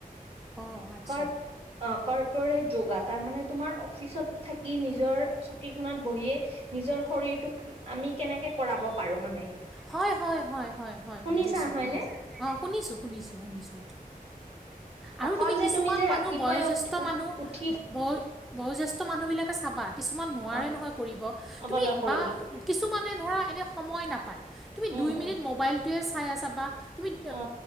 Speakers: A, in the centre; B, on the right (about 40°).
A: অ আচ্ছা
B: কৰ অ কৰ্পৰেট যোগা তাৰমানে তোমাৰ অফিচত থাকি নিজৰ চকীখনত বহিয়ে নিজৰ শৰীৰটোক আমি কেনেকে কৰাব পাৰো মানে।
A: হয় হয় হয় হয় হয়
B: শুনিছা
A: বুজিছো
B: হয়নে
A: অ অ শুনিছো শুনিছো শুনিছো এইটো আৰু
B: অকল
A: তুমি
B: যে
A: কিছুমান
B: যে
A: মানুহ
B: ৰাতিপুৱাই
A: বয়োজ্যেষ্ঠ
B: উঠ উঠ
A: মানুহ
B: উঠি
A: বয় বয়োজ্যেষ্ঠ মানুহবিলাকে চাবা কিছুমান নোৱাৰে
B: অ
A: নহয় কৰিব
B: অবলা
A: তুমি
B: কৰিবলৈ
A: বা কিছুমানে ধৰা এনে সময় নাপায় তুমি
B: উম
A: দুই মিনিট
B: উম
A: মোবাইলটোৱে চাই আছা বা তুমি
B: অ